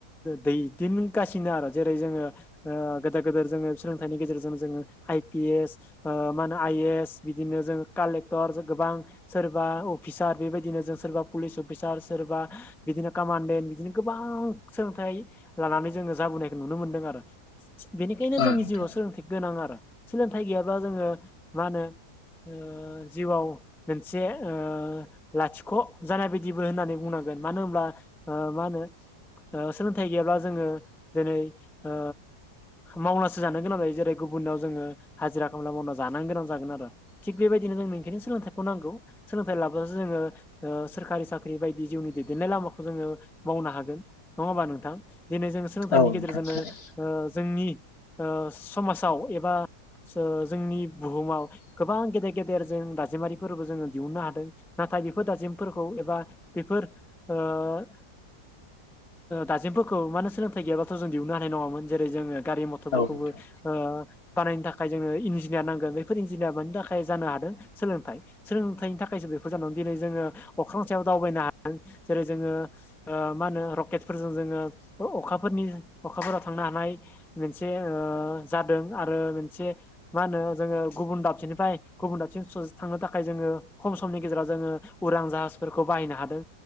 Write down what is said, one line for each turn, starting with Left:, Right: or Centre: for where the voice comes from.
Centre: दैदेनगासिनो जेरै जोङो ओ गोदोर गोदोर जोङो सोलोंथायनि गेजेरजों जोङो आइ पि एस ओ मा होनो आइ ए एस बिदिनो जों कालेक्टर गोबां सोरबा अफिसार बेबायदिनो जों सोरबा पुलिस अफिसार सोरबा बिदिनो कामान्देन्ट बिदिनो गोबां सोलोंथाइ लानानै जोङो जाब बोनायखौ नुनो मोन्दों आरो। बेनिखायनो
Left: औ
Centre: जोंनि
Left: नोंथां
Centre: जिउआव सोलोंथ गोनां आरो ।सोलोंथाइ गैयाब्ला जोङो मा होनो ओ जिउआव मोनसे ओ लाथिख' जानाय बायदिबो होननानै बुंनां गोन मानो होनब्ला ओ मा होनो ओ सोलोंथाइ गैयाब्ला जोङो जेरै ओ मावनासो जानो गोनां जायो जेरै गुबुन उनाव जोङो हाजिरा खामला मावनानै जा जानो गोनां जागोन आरो बेबायदिनो जोंनो सोलोंथायखौ नांगौ सोलोंथाय लाब्लासो जोङो ओ सोरखारि साख्रि बायदि जिउनि दैदेननाय लामाखौ जोङो मावनो हागोन नङा होमबा नोंथां दिनै जों सोलोंथाइनि
Left: औ नोंथां
Centre: गेजेरजोंनो
Left: थारैनो
Centre: ओ जोंनि ओ समाजाव एबा जोंनि बुहुमाव गोबां गेदेर गेदेर जों दाजिमारिफोरबो जोङो दिहुननो हादों नाथाय बेफोर दाजेमफोरखौ एबा बेफोर ओ दाजेम फोरखौ मानो होन सोलोंथाइ गैयाबाथ' जों दिहुननो हानाय नङामोन जेरै जोङो गारि मथरफोरखौबो
Left: औ नोंथां
Centre: ओ बानायनो थाखाय जोनो इन्जि- इनजिनियार नांगोन बेैफोर इन्जिनियार मानि थाखाय जानो हादों सोलोंथाइ सोलोंथाइनि थाखायसो बेफोर जानांगौ दिनै जोङो अख्रां सायाव दावबायनो हादों जेरै जोङो मा होनो रकेटफोरजों जोङो अखाफोर नि अखाफोराव थांनो हानाय मोनसे जादों आरो मोनसे मा होनो जोङो गुबुन दाबसेनिफ्राय गुबुन दाबसे ससे थांनो थाखाय जोङो खम समनि गेजेराव जोङो उरां जाहाजफोरखौ बाहायनो हादों